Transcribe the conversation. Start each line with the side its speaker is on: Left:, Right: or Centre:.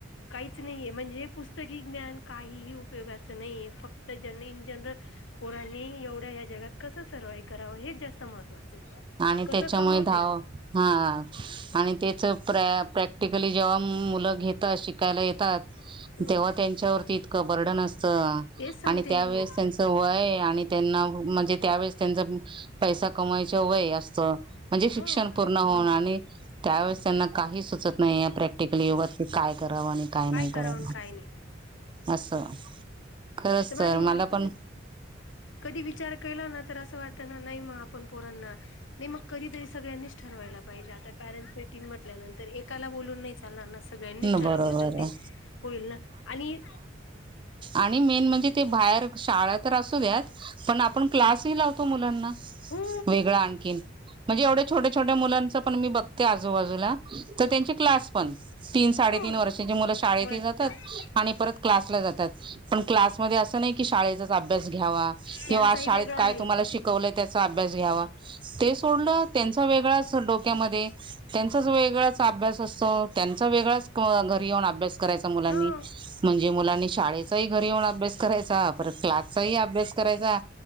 Left: काहीच नाहीये म्हणजे पुस्त की ज्ञान काहीही उपयोगाचं नाहीए फक्त ज्यांनी इन जनरल पोरांनी एवढ्या ह्या जगात कसं सर्व्हाईव करावं हेच जास्त महत्वाचं ए,
Right: आणि
Left: कसं
Right: त्याच्यामुळे
Left: कमवते
Right: धाव हा आणि तेचं प्रॅ प्रॅक्टिकली जेव्हा मुलं घेतात शिकायला येतात
Left: हम्म
Right: तेव्हा त्यांच्यावरती इतकं बर्डन असं तं
Left: तेच सांगते
Right: आणि त्यावेळेस
Left: ना मी.
Right: त्यांचं वय आणि त्यांना म्हणजे त्यावेळेस त्यांच पैसा कमवायच वय अस म्हणजे शिक्षण
Left: हो
Right: पूर्ण होऊन आणि त्यावेळेस त्यांना काही सुचत नाही प्रॅक्टिकल युगात की काय करावं आणि काय नाही
Left: कराव
Right: करावं.
Left: आणि काय नाही
Right: असं खरंच
Left: माझी
Right: तर
Left: मुलगी
Right: मला पण
Left: कधी विचार केला ना तर अस वाटतं ना नाही मग आपण पोरांना. नाही मग कधी तरी सगळ्यांनीच ठरवायला पाहिजे आता पॅरेंट्स मीटिंग म्हटल्यानंतर एकाला बोलून नाही चालणार ना. सगळ्यांनीच ठरवलं
Right: बरोबर
Left: तर ते
Right: आहे
Left: होईल ना आणि
Right: आणि मेन म्हणजे ते बाहेर शाळा तर असू द्यात पण आपण क्लासही लावतो मुलांना.
Left: हो
Right: वेगळां आणखीन म्हणजे एवढे छोटे छोट्या मुलांच पण मी बघते आजूबाजूला तर त्यांची क्लास पण. तीन साडेतीीन
Left: हो
Right: वर्षांची मुलं शाळेतही
Left: मुलांचे
Right: जातात
Left: क्लास
Right: आणि परत क्लासला जातात. पण क्लासमध्ये असं नाही की शाळेचाच अभ्यास घ्यावा
Left: त्यांचाही
Right: किंवा आज शाळेत
Left: वेगळा
Right: काय
Left: राहील
Right: तुम्हाला शिकवलं अभ्यास घ्यावा ते सोडला. त्याचा वेगळाच डोक्यामध्ये. त्याचा वेगळाच अभ्यास असतो त्या त्याचा वेगळाच घरी येऊन अभ्यास करायचा मुलांनी
Left: हो
Right: म्हणजे मुलांनी शाळेचाही घरी येऊन अभ्यास करायचा परत क्लासचाही अभ्यास करायचा